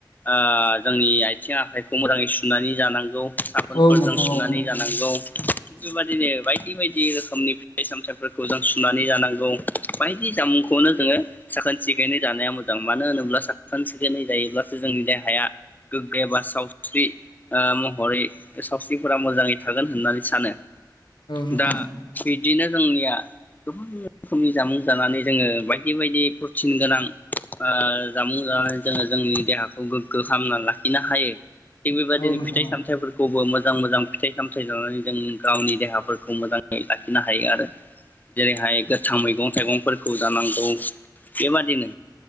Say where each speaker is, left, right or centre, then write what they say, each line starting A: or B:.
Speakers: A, on the left; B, on the left.
A: ओ जोंनि आयथिं आखाइखौ मोजाङै सुनानै जानांगौ। साबोनफोरजों
B: औ नोंथां
A: सुनानै
B: औ
A: जानांगौ। थिग बेबादिनो बायदि बायदि रोखोमनि फिथाइ सामथायाइफोरखौ जों सुनानै जानांगौ बायदि जामुंखौनो जोङो साखोन सिखोनै जानाया मोजां मानो होनोब्ला साखोन सिखोनै जायोब्लासो जोंनि देहाया गोग्गो एबा सावस्रि ओ महरै सावस्रिफोरा ओ मोजाङै थागोन होननानै सानो।
B: नोंथां
A: दा थि बिदिनो जोंनिया गोबां रोखोमनि जामुं जानानै जोङो बायदि बिबायदि थिनगोनां ओ जामुं जानानै जोङो जोंनि देहाखौ गोग्गो खालामनानै लाखिनो हायो। थिग बेबायदिनो
B: औ नोंथां औ नोंथां
A: फिथाइ
B: औ
A: सामथायाइफोरखौबो मो मोजां मोजां फिथाइ सामथाइ जानानै जों गावनि देहाफोरखौ मोजाङै लाखिनो हायो आरो जेरैहाय गोथां मैगं थाइगंफोरखौ जानांगौ‌। बेबादिनो